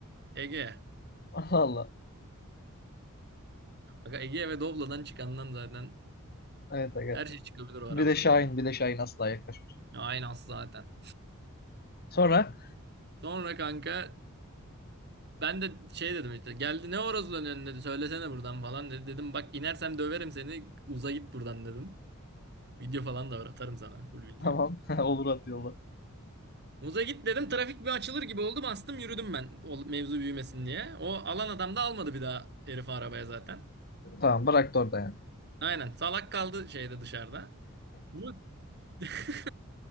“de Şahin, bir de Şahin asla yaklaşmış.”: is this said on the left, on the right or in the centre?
Left